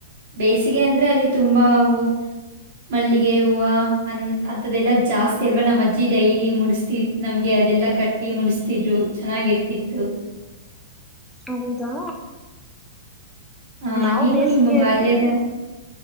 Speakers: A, on the right; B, in the centre.
A: ಬೇಸಿಗೆ ಅಂದ್ರೆ ಅಲ್ಲಿ ತುಂಬಾ ಹೂವು ಮಲ್ಲಿಗೆ ಹೂವ ಅನ್ ಅಂತದೆಲ್ಲ ಜಾಸ್ತಿ
B: ಹ್ಮ್
A: ಅಲ್ವಾ ನಮ್ಮ ಅಜ್ಜಿ ಡೈಲಿ ಮುಡಿಸತಿದ್ ನಮ್ಗೆ ಅದೆಲ್ಲ ಕಟ್ಟ್ ಟ್ಟಿ ಮುಡಿಸ್ತಿದ್ರು ಚೆನ್ನಾಗಿರ್ತಿತ್ತು.
B: ಹೌದಾ
A: ಆ
B: ನಾವು
A: ನೀವು
B: ಬೇಸಿಗೆಯಲ್ಲಿ
A: ನಿಮ್ಮ ಬಾಲ್ಯದ